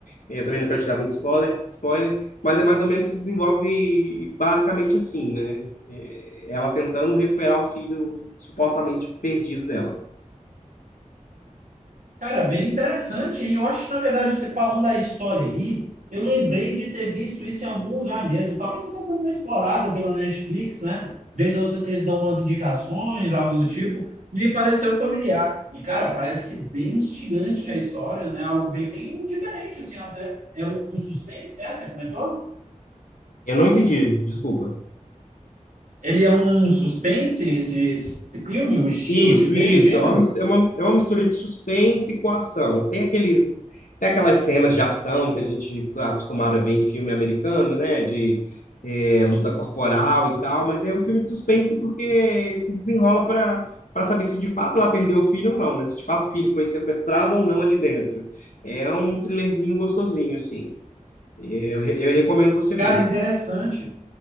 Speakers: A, on the left; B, on the right.
A: Eu também não quero te dar muito spoiler, spoiler, mas é mais ou menos se desenvolve basicamente assim, né? É, Ela tentando recuperar o filho supostamente perdido dela.
B: Cara, bem interessante, hein? Eu acho que, na verdade, você falando da história aí, eu lembrei de ter visto isso em algum lugar mesmo. Talvez até dando uma explorada pela Netflix, né? Vez ou outra eles dão umas indicações, algo do tipo. Me pareceu familiar. E, cara, parece bem instigante a história, né? Algo bem diferente, assim, até. É um suspense, é? Você comentou?
A: Eu não entendi, desculpa.
B: Ele é um suspense, esse, esse filme, o estilo
A: Isso,
B: de dele,
A: isso.
B: o gênero?
A: É uma, mis- é uma, é uma mistura de suspense com ação. Tem aqueles, tem aquelas cenas de ação que a gente está acostumado a ver em filme americano, né? De é, luta corporal e tal, mas é um filme de suspense porque se desenrola para para saber se de fato ela perdeu o filho ou não, né? Se de fato o filho foi sequestrado ou não ali dentro. É um thrillerzinho gostosinho, assim. Eu, re- eu recomendo você
B: Cara,
A: ver.
B: interessante.